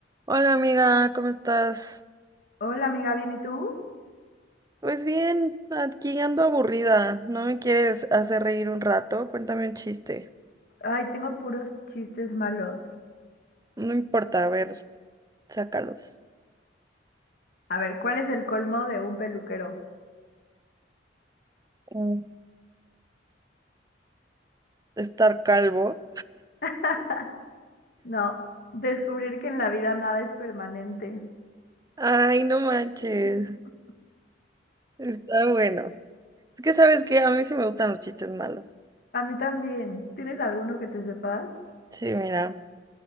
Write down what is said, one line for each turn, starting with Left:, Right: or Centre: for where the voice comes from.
Right: Hola amiga, ¿cómo estás?
Left: Hola amiga, ¿bien y tú?
Right: Pues bien, aquí ando aburrida. ¿No me quieres hacer reír un rato? Cuéntame un chiste.
Left: Ay, tengo puros chistes malos.
Right: No importa, a ver, sácalos.
Left: A ver, ¿cuál es el colmo de un peluquero?
Right: Mm, Estar calvo.
Left: <laughs> No, descubrir que en la vida nada es permanente.
Right: Ay, no manches.
Left: <laughs>
Right: Está bueno. Es que sabes que a mí sí me gustan los chistes malos.
Left: A mí también. ¿Tienes alguno que te sepas?
Right: Sí, mira,